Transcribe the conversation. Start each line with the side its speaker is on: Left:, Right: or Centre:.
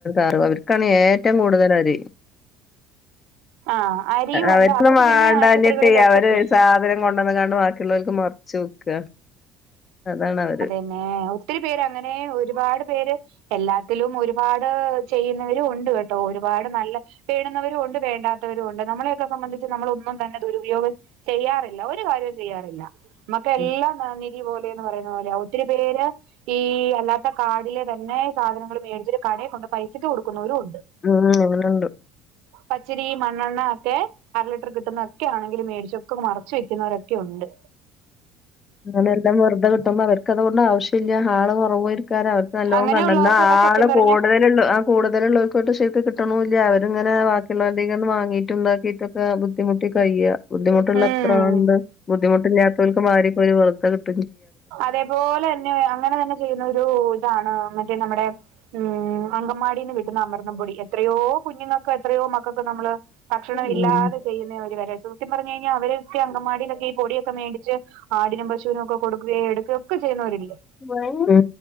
Left: അവ രുക്കാണ് ഏറ്റവും കൂടുതലരി
Right: ആഹ് അരിയും
Left: അവരുക്കും
Right: ഉണ്ട് അവർക്ക്
Left: വേണ്ടാഞ്ഞിട്ടെ
Right: പിന്നെ ആശുപത്രികളിലൊക്കെ
Left: അവര് സാധനം കൊ നമുക്കല്ലാ ണ്ട് ബാക്കിയുളേളാൽക്ക് മറിച്ച് വിക്ക അതാണ് അവര്
Right: പിന്നേ ഒത്തിരി പേര് അങ്ങനെ ഒരുപാട് പേര് എല്ലാത്തിലും ഒരുപാട് ചെയ്യുന്നവരുണ്ട് കേട്ടോ ഒരുപാട് നല്ല വേണുന്നവരും ഒണ്ട് വേണ്ടത്തവരും ഒണ്ട് നമ്മളെയൊക്കെ സംബന്ധിച്ച് നമ്മളൊന്നും തന്നെ ദുരുപയോഗം ചെയ്യാറില്ല ഒരു കാര്യവും ചെയ്യാറില്ല മ്മക്കെല്ലാം
Left: ഉം
Right: നിധി പോലെ പറയുന്ന പോലെയാ ഒത്തിരി പേര് ഈ അല്ലാത്ത കാർഡിലെ തന്നെ സാധനങ്ങൾ മേടിചിട്ട് ഇവർ കടയിൽ കൊണ്ട് പൈസക്ക് കൊടുക്കുന്നോരുണ്ട്
Left: ഉം എങ്ങനെണ്ട്
Right: പച്ചരി മണ്ണെണ്ണ ഒക്കെ അര ലിറ്റർ കിട്ടുന്നൊക്കെ ആണെങ്കിലും മേടിച്ചൊക്കെ മറച്ച് വിൽക്കുന്നവരൊക്കെ ഉണ്ട്
Left: അങ്ങനെല്ലാം വെറുതെ കിട്ടുമ്പോ അവർക്കതുകൊണ്ടാവശ്യല്ല ആള് കൊറവുവാ അവർക്ക് നല്ലോം
Right: അങ്ങനെയുള്ളവർക്കൊക്കെ
Left: കണ്ടന്ന
Right: സത്യം
Left: ആള്
Right: പറഞ്ഞ
Left: കൂടുതലുള്ളൂ അ കൂടുതലുള്ളവർക്കൊട്ട് ശരിക്ക് കിട്ടണൂല്ല്യ അവരിങ്ങനെ ബാക്കിയുള്ളവരുടെങ്ങ്ന്ന് വാങ്ങയിട്ടും ണ്ടാക്കിട്ടും ബുദ്ധിമുട്ടി കയ്യ ബുദ്ധിമുട്ടുള്ള
Right: ഉം
Left: എത്ര ആള്ണ്ട് ബുദ്ധിമുട്ടില്ലാത്തോൽക്ക് വാരി കോരി വെർതെ കി
Right: അതേപോലെ തന്നെ അങ്ങനെ തന്നെ ചെയ്യുന്ന ഒരു ഇതാണ് മറ്റേ നമ്മടെ ഉം അങ്കൻവാടിന്ന് കിട്ടുന്ന അമൃതം പൊടി എത്രയോ കുഞ്ഞുങ്ങക്ക് എത്രയോ മക്ക ക്ക് നമ്മള് ഭക്ഷണം ഇല്ലാതെ
Left: ഉം
Right: ചെയ്യുന്ന ഒരു കാര്യാ സത്യം പറഞ്ഞ് കഴിഞ്ഞാൽ അവരൊക്കെ അങ്കവാടിലൊക്കെ ഈ പൊടി യൊക്കെ ക്കെ ഒക്കെ മേടിച്ച് ആടിനും പശുനൊക്കെ കൊടുക്കുകയോ എടുക്കയോക്കെ ചെയ്യുന്നോ രില്ലേ
Left: വൈൻ ക്